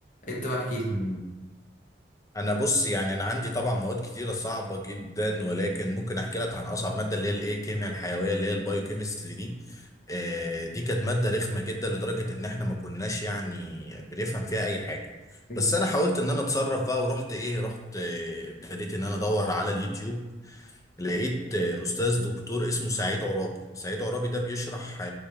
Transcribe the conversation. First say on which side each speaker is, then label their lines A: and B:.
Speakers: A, on the left; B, on the left.
A: انت بقى احكي
B: ها انا بص يعني انا عندي طبعا مواد كتيره صعبه جدا ولكن ممكن احكي لك عن اصعب ماده اللي هي الايه الكيمياء الحيويه اللي هي البايو كيمستري دي آه، دي كانت ماده رخمه جدا لدرجه ان احنا ما كناش يعني بنفهم فيها اي حاجه
A: لي
B: بس انا حاولت ان انا اتصرف بقى ورحت ايه رحت آه، ابتديت ان انا ادور على اليوتيوب لقيت آه، استاذ دكتور اسمه سعيد عرابي سعيد عرابي ده بيشرح آه،